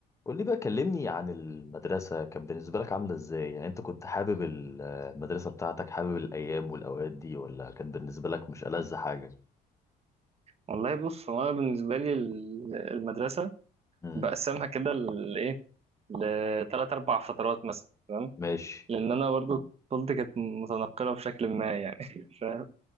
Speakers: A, on the left (about 15°); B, on the right (about 35°).
A: قول لي بقى كلمني عن المدرسة كانت بالنسبة لك عاملة ازاي يعني انت كنت حابب ال- آه، المدرسة بتاعتك حابب الأيام والأوقات دي ولا كانت بالنسبة لك مش ألذ حاجة
B: والله بص هو انا بالنسبه لي ال- المدرسه
A: امم
B: بقسمها كده لايه لثلاث اربع فترات مثلا تمام
A: ماشي
B: لان انا برضو طفولتي كانت متنقله بشكل ما يعني <laughs> فاهم